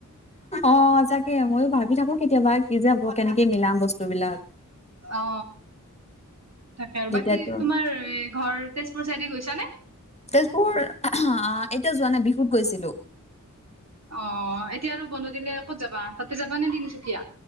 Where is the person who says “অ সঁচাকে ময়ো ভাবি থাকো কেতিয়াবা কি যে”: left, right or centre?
Left